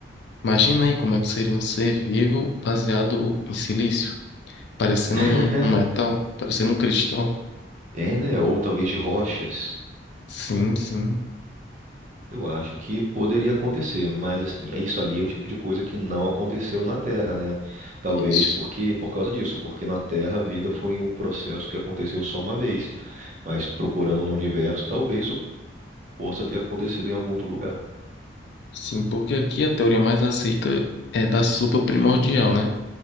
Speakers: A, on the left; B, on the right.
A: Imagina aí como é que seria um ser vivo baseado em silício, parecendo
B: <laughs>
A: um, um metal, parecendo um cristal.
B: É, né? Ou talvez de rochas.
A: Sim, sim.
B: Eu acho que poderia acontecer, mas assim, é isso aí, é o tipo de coisa que não aconteceu na Terra, né? Talvez
A: Isso.
B: porque por causa disso, porque na Terra a vida foi um processo que aconteceu só uma vez, mas procurando no universo, talvez isso possa ter acontecido em algum outro lugar.
A: Sim, porque aqui a teoria mais aceita é da sopa primordial, né?